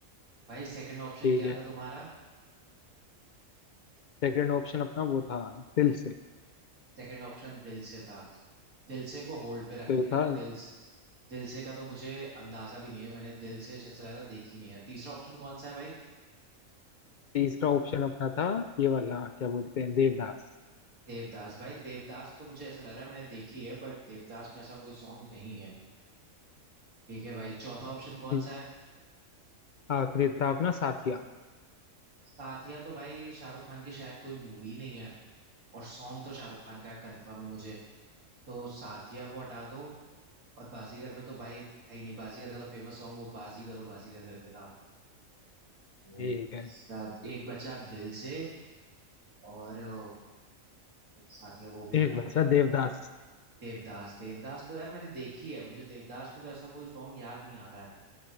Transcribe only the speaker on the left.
ठीक
है
सेकंड ऑप्शन अपना वो था दिल से
फिर
था
तीसरा ऑप्शन अपना था ये वाला क्या बोलते हैं देवदास
ठीक,
आखिरी था अपना साथिया
ठीक
है
एक
बचा देवदास